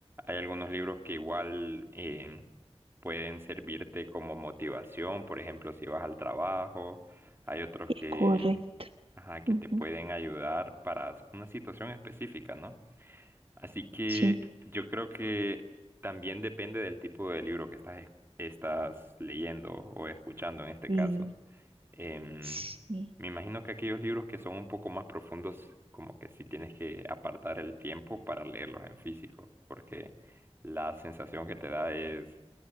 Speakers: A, on the right; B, on the right.
A: Hay algunos libros que igual eh, pueden servirte como motivación, por ejemplo, si vas al trabajo. Hay otros
B: eh,
A: que,
B: Correcto.
A: ajá, que
B: Ujú,
A: te pueden ayudar para una situación específica, ¿no? Así que
B: Sí,
A: yo creo que también depende del tipo de libro que estás, estás leyendo o escuchando en este
B: y
A: caso. Em,
B: sí,
A: me imagino que aquellos libros que son un poco más profundos, como que sí tienes que apartar el tiempo para leerlos en físico, porque la sensación que te da es,